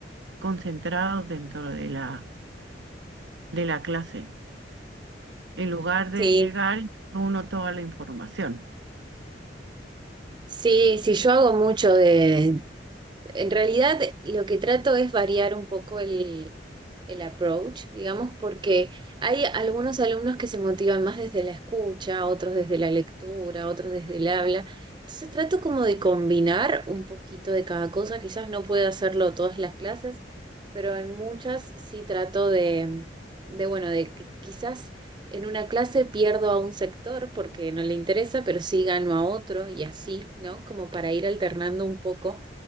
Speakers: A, on the right (about 85°); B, on the right (about 25°).
A: concentrados dentro de la, de la clase, en lugar de
B: Sí,
A: llegar uno toda la información.
B: sí, sí, yo hago mucho de, En realidad, lo que trato es variar un poco el, el approach, digamos, porque hay algunos alumnos que se motivan más desde la escucha, otros desde la lectura, otros desde el habla. Entonces trato como de combinar un poquito de cada cosa. Quizás no pueda hacerlo todas las clases, pero en muchas sí trato de, de bueno, de que quizás en una clase pierdo a un sector porque no le interesa, pero sí gano a otro y así, ¿no? Como para ir alternando un poco